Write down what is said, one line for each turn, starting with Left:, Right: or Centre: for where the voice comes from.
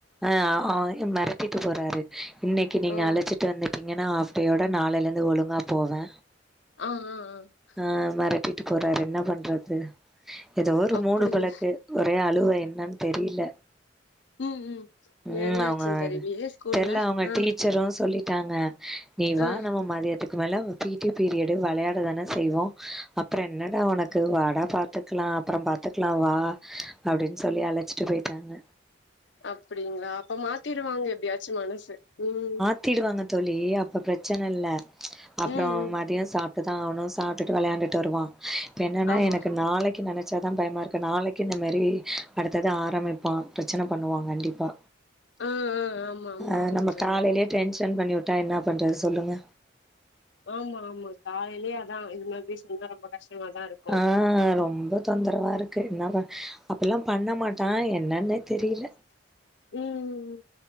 Centre: அ ஆவ் ம் மெரட்டிட்டு போறாரு இன்னைக்கு நீங்க
Left: ஆ
Centre: அழச்சிட் டு வந்துட்டீங்கன்னா ஹாஃப் டேயோட நாளைலர்ந்து ஒழுங்கா போவே
Left: ம் ம் ம்
Centre: ஆ மெரட்டிட்டு போறாரு என்ன பண்றது எதோ ஒரு
Left: அப்டிங்க
Centre: மூடு போலருக்கு ஒரே அழுவ என்னன் தெரியில
Left: ம் ம்
Centre: ம்
Left: என்னாச்சுன்னு
Centre: அவ்ங்க
Left: தெரியலையே ஸ்கூல்ல
Centre: தெர்ல அவுங்க
Left: ஆ
Centre: டீச்சரு சொல்லிட் டாங்க நீ வா
Left: ஆ
Centre: நம்ம மதியத்துக்கு மேல பி டி பீரியடு வெளையாட தான செய்வோ அப்றோ என்னடா உனக்கு வாடா பாத்துக்லா அப்றோ பாத்துக்லா வா அப்டின் சொல்லி அழச்சி ட்டு போய்ட்டாங்க
Left: அப்டிங்களா அப்ப மாத்திருவாங்க எப்டியாச்சு மனச ம்
Centre: த்திடுவாங்க தோழி அப்ப பிரச்சனல்ல அப்றோ
Left: ம் ம்
Centre: மதியோ சாப் ட்டு தா ஆவ்ணு சாப்ட்டுட்டு வெளயாண்டுட்டு வருவா ப்ப என்னனா
Left: ஆமா
Centre: எனக்கு நாளைக்கு நெனச் சா தா பயமா இருக்கு நாளைக்கு இந்த மேரி அடுத்தது ஆரம்மிப்பா பிரச்சன பண்ணுவா கண்டிப்பா
Left: ஆ ஆ ஆமா ஆமா
Centre: அ
Left: ஆமா
Centre: நம்ம
Left: தோழி
Centre: காலைலே டென்ஷன் பண்ணிவுட்டா என்னா பண்றது சொல்லுங்க
Left: ஆமா ஆமா காலைலே அதா இது மாத்ரி சொன்னா ரொம்ப கஷ்டமா தா இருக்
Centre: ஆ ரொம்ப தொந்தரவா இருக்கு என்னா ப அப்பில்லா பண்ண மாட்டா என்னன்னே தெரீல
Left: ம்